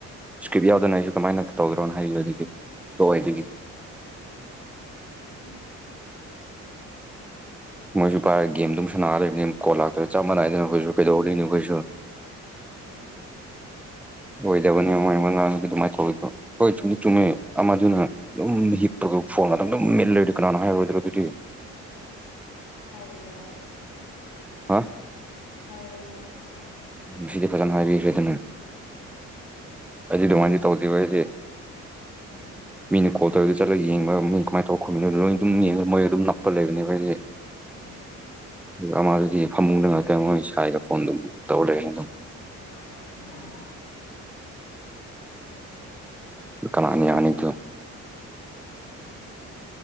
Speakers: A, in the centre; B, on the left.
A: ꯏꯁꯀ꯭ꯔꯤꯞ ꯌꯥꯎꯗꯅ ꯑꯩꯁꯨ ꯀꯃꯥꯏꯅ ꯇꯧꯗ꯭ꯔꯣꯅ ꯍꯥꯏꯈꯤꯕꯗꯒꯤ ꯇꯣꯛꯑꯣꯦꯗꯒꯤꯗꯤ
B: ꯎꯝ
A: ꯃꯣꯏꯁꯨ ꯄꯥꯏꯔꯦ ꯒꯦꯝꯗꯨꯝ ꯁꯥꯟꯅꯔꯤꯕꯅꯤ ꯀꯣꯜ ꯂꯥꯛꯇ ꯆꯞ ꯃꯥꯟꯅꯏꯗꯅ ꯑꯩꯈꯣꯏꯁꯨ ꯀꯩꯗꯧꯔꯤꯅꯣ ꯑꯩꯈꯣꯏꯁꯨ
B: ꯑꯗꯨꯅꯦ
A: ꯑꯣꯏꯗꯕꯅꯤ ꯃꯣꯏ ꯃꯉꯥꯡ ꯑꯗꯨꯃꯥꯏꯅ ꯀꯧꯗꯣ ꯍꯣꯏ ꯆꯨꯝ ꯆꯨꯝꯃꯦ ꯑꯃꯗꯨꯅ ꯑꯗꯨꯝ ꯍꯤꯞꯄ ꯐꯣꯟ ꯃꯇꯝꯗꯨꯝ ꯃꯦꯠꯂꯣꯏꯗꯤ ꯀꯅꯥꯅꯣ ꯍꯥꯏꯔꯣꯏꯗ꯭ꯔꯣ ꯑꯗꯨꯗꯤ
B: <unintelligible> ꯍꯥꯏꯌꯣ ꯅꯅꯥ ꯑꯗꯨꯖꯤ
A: ꯍꯥ
B: ꯍꯥꯏꯌꯣꯅꯥ ꯑꯗꯨꯖꯤ
A: ꯃꯁꯤꯗ ꯐꯖꯅ ꯍꯥꯏꯗꯅ ꯍꯖꯤ ꯔꯃꯖꯤ ꯇꯧꯗꯤ ꯋꯥꯁꯦ
B: ꯎꯝ
A: ꯃꯤꯅ ꯀꯣꯜ ꯇꯧꯔꯦꯗ ꯆꯠꯂ ꯌꯦꯡꯕ ꯃꯤ ꯀꯃꯥꯏꯅ ꯇꯧꯔ ꯈꯣꯠꯃꯤꯅꯣ ꯂꯣꯏ ꯑꯗꯨꯝ ꯌꯦꯡꯉ ꯃꯣꯏ ꯑꯗꯨꯝ ꯅꯞꯄ ꯂꯩꯕꯅꯦ ꯑꯩꯈꯣꯏꯁꯗꯤ
B: ꯎꯝ
A: ꯑꯃꯗꯨꯗꯤ ꯐꯃꯨꯡꯗ ꯉꯥꯛꯇ ꯃꯣꯏ ꯁꯥꯏꯒ ꯐꯣꯟ ꯑꯗꯨꯝ ꯇꯧꯔ ꯂꯩ ꯑꯗꯨꯝ
B: ꯑꯔ
A: ꯀꯅꯤ ꯌꯥꯅꯤꯗꯨ